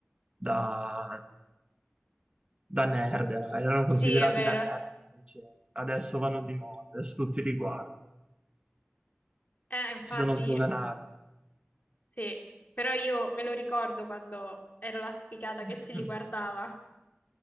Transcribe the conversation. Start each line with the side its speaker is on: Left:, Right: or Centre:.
Right: da, da nerd, erano considerati
Left: Sì, è vero.
Right: da nerd, invece adesso vanno di moda, adesso tutti li guardano,
Left: Eh, infatti,
Right: si sono sdoganati.
Left: sì. Però io me lo ricordo quando ero la sfigata
Right: <laughs>
Left: che si li guardava.